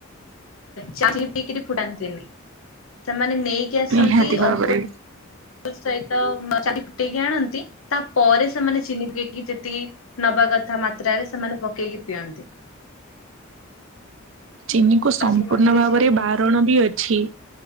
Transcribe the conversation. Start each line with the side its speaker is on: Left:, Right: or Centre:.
Left: ଚା ପିଇକରି ପୁରାନ୍ତିନି ସେମାନେ ନେଇକି ଆସନ୍ତି
Right: ନିହାତି ଭାବରେ
Left: ଅଙ୍ଗୁ ତା ସହିତ ଚା ଫୁଟେଇକି ଆଣନ୍ତି। ତାପରେ ସେମାନେ ଚିନି ପୁରେଇକି ଯେତିକି ନବା କଥା ମାତ୍ରାରେ ସେମାନେ ପକେଇକି ପିଅନ୍ତି।
Right: ଚିନିକୁ ସମ୍ପୂର୍ଣ୍ଣ
Left: କାରଣ କୁହନ୍ତି
Right: ଭାବରେ
Left: ଯେ
Right: ବାରଣ ବି ଅଛି।